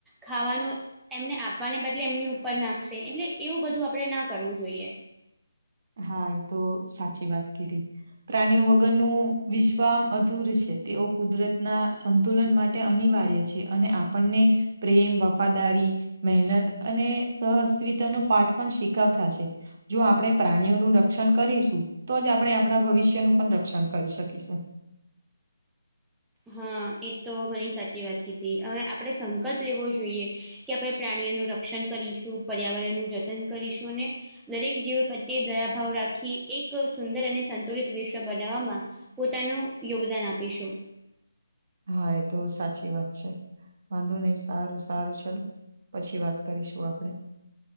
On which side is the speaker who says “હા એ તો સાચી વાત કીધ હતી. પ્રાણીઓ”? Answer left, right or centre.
Right